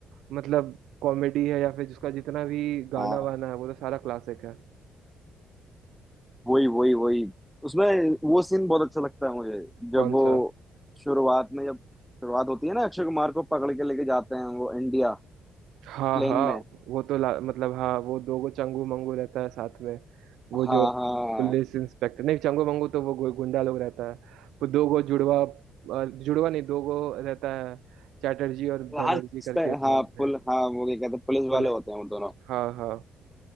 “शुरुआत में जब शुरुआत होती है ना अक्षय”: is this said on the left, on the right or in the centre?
Centre